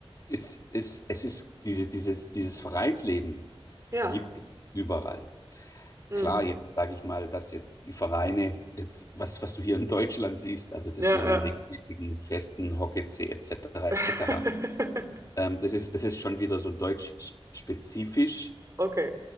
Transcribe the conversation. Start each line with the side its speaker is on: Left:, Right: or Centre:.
Left: ist, ist, es ist diese, dieses, dieses Vereinsleben
Right: ja,
Left: gibt es überall.
Right: mhm,
Left: Klar, jetzt sage ich mal, dass jetzt die Vereine, jetzt, was, was du hier in Deutschland siehst, also das
Right: ja,
Left: mit den
Right: ja,
Left: regelmäßigen Festen, Hockey-C etc.
Right: <laughs>
Left: etc., ähm, das, ist, das ist schon wieder so deutsch-spezifisch,
Right: okay,